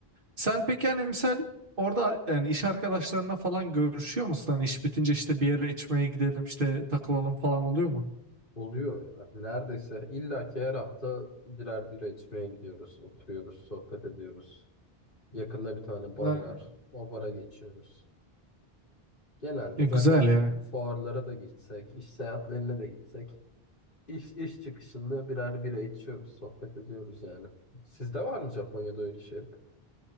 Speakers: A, on the right; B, on the left.
A: Sen peki hani misal orada yani iş arkadaşlarına falan görüşüyor musun? Hani iş bitince işte bir yere içmeye gidelim işte takılalım falan oluyor mu?
B: Oluyor ya. Neredeyse illaki her hafta birer bira içmeye gidiyoruz. Oturuyoruz, sohbet ediyoruz. Yakında bir tane bar
A: Ne?
B: var. O bara geçiyoruz. Genelde
A: E, güzel
B: zaten fu-
A: ya.
B: fuarlara da gitsek, iş seyahatlerine de gitsek İş, iş çıkışında birer bira içiyoruz, sohbet ediyoruz yani. Sizde var mı Japonya'da öyle şeyler?